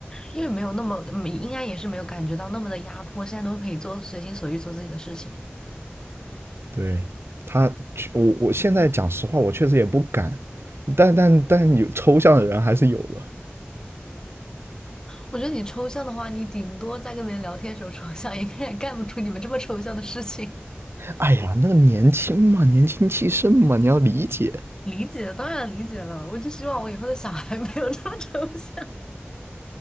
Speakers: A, on the left; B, on the right.
A: 因为没有那么，嗯应该也是没有感觉到那么的压迫，现在都可以做随心所欲做自己的事情。
B: 对他，我我现在讲实话，我确实也不敢，但但但有抽象的人还是有的。
A: 我觉得你抽象的话，你顶多在跟别人聊天的时候抽象，应该也干不出你们这么抽象的事情。
B: 哎呀，那个年轻嘛，年轻气盛嘛，你要理解。
A: <laughs> 理解，当然理解了，我就希望我以后的小孩没有这么抽象。